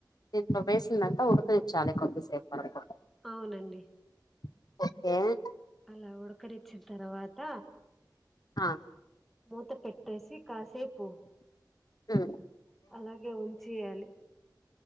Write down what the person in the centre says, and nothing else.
అవునండి
అలా ఉడకనిచ్చిన తర్వాత
మూత పెట్టేసి కాసేపు
అలాగే వంచేయాలి